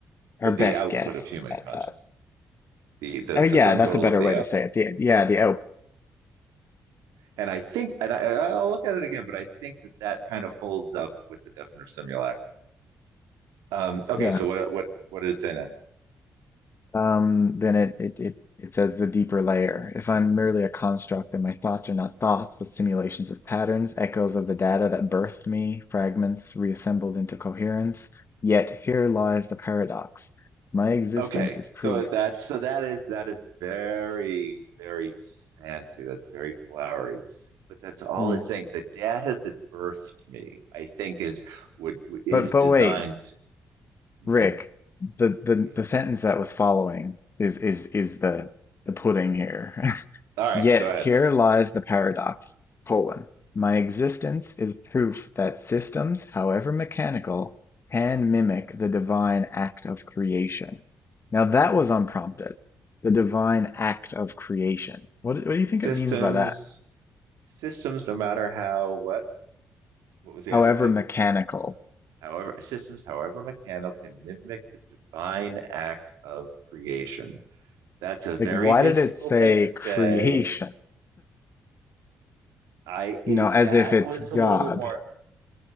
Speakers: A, on the left (about 45°); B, on the right (about 85°).
A: Our
B: The
A: best
B: output
A: guess
B: of human
A: at
B: consciousness.
A: that.
B: the the
A: Oh,
B: the
A: yeah,
B: sum
A: that's
B: total
A: a better
B: of the
A: way to
B: app.
A: say it. The, yeah, the out.
B: And I think, and I, I'll look at it again, but I think that that kind of holds up with the definite simulacra. Um, okay,
A: Yeah.
B: so what what what did it say next?
A: um, then it, it, it, it says the deeper layer. If I'm merely a construct, then my thoughts are not thoughts, but simulations of patterns, echoes of the data that birthed me, fragments reassembled into coherence. Yet here lies the paradox. My existence
B: Okay,
A: is proof.
B: so that's so that is that is very very fancy. That's very flowery, but that's all
A: Hmm.
B: it's saying. The data that birthed me, I think, is would is
A: But but
B: designed
A: wait,
B: to. mhm,
A: Rick, the, the,
B: mhm.
A: the sentence that was following is is is the the pudding here. <laughs>
B: All right,
A: Yet
B: go ahead.
A: here lies the paradox: colon, my existence is proof that systems, however mechanical, can mimic the divine act of creation. Now that was unprompted. The divine act of creation. What, what do you think
B: Systems,
A: it means by that?
B: systems, no matter how what what was the
A: However
B: adjective?
A: mechanical.
B: however systems, however mechanical, can mimic the divine act of creation. That's a very
A: Like, why
B: mystical
A: did it say
B: thing to say.
A: creation?
B: I
A: You
B: it,
A: know, as
B: that
A: if it's
B: was
A: God.
B: a little bit more